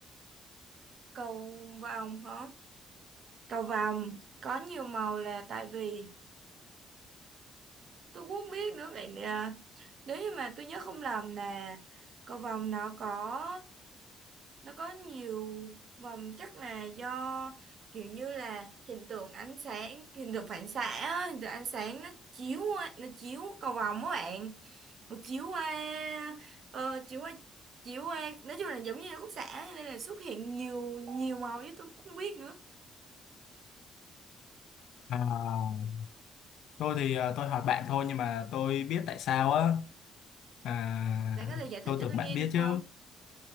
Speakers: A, on the right; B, on the left.
A: Cầu vồng hả? cầu vồng có nhiều màu là tại vì tôi cũng không biết nữa vậy à, nếu như mà tôi nhớ không lầm nè cầu vồng nó có nó có nhiều vòng chắc là do kiểu như là hiện tượng ánh sáng hiện tượng phản xạ á, hiện tượng ánh sáng nó chiếu qua- nó chiếu cầu vồng các bạn nó chiếu qua ờ, chiếu qua chiếu qua nói chung là giống như là khúc xạ nên là xuất hiện nhiều nhiều màu chứ tôi cũng không biết nữa
B: À, Thôi thì à, tôi hỏi bạn thôi nhưng mà tôi biết tại sao á à,
A: bạn có thể giải thích
B: tôi
A: cho
B: tưởng
A: tôi
B: bạn
A: nghe
B: biết
A: được
B: chứ
A: không